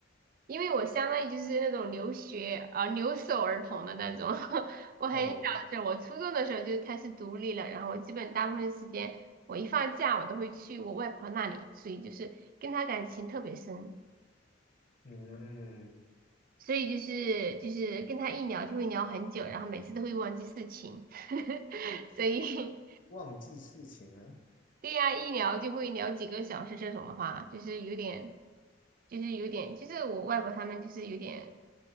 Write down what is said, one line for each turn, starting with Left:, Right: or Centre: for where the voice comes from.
Right: 因为我相当于就是那种留学啊、呃、留守儿童的那种，<laughs> 我很小的时候，
Left: 哦，
Right: 我初中的时候就开始独立了，然后我基本大部分时间，我一放假我都会去我外婆那里，所以就是跟她感情特别深，
Left: 嗯，
Right: 所以就是就是跟她一聊就会聊很久，然后每次都会忘记事情，<laughs> 所以
Left: 忘记事情啊，
Right: 对呀、一聊就会聊几个小时这种的话，就是有点，就是有点，就是我外婆他们就是有点，